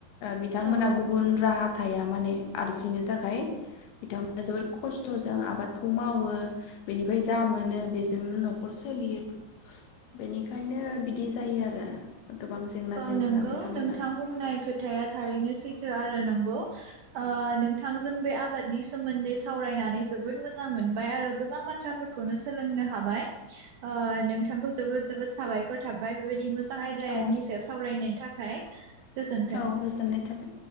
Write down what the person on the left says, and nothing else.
बिथांमोना
गुबुन राहा हाया माने आरजिनो थाखाय बिथांमोना जोबोद खस्थजों आबादखौ मावो बेनिफ्राय जा मोन नो बेजोंनो नखर सोलियो बेनिखायनो बिदि जायो आरो गोबां जेंना
जेंसा
बिथांमोना
औ
औ गोजोननाय थाबाय